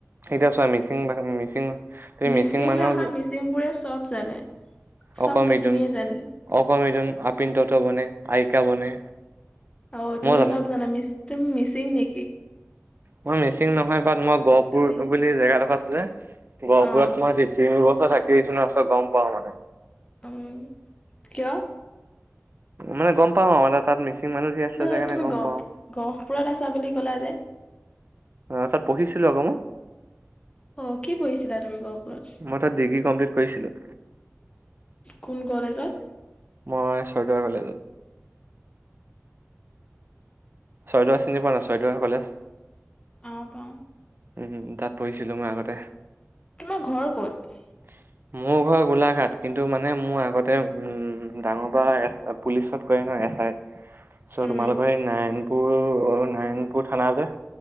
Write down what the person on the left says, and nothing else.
মিচিং
ভাষা মিচিংবোৰে চব জানে। চব
মিচিঙে জানে
অ তুমি
চব জানা। মিচ তুমি মিচিং নেকি?
তুমি
অ
অ, কিয়?
নহ
তুমি
গহপ
গহপুৰত আছা বুলি ক'লা যে।
অ কি পঢ়িছিলা তুমি গহপুৰত?
কোন কলেজত?
অ পাওঁ।
তোমাৰ ঘৰ ক'ত?
উম